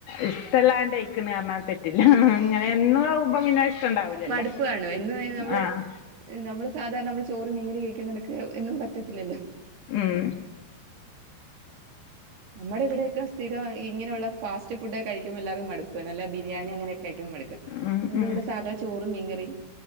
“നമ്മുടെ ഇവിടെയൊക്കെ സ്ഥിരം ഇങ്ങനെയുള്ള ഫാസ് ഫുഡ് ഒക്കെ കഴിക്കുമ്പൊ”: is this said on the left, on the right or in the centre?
Right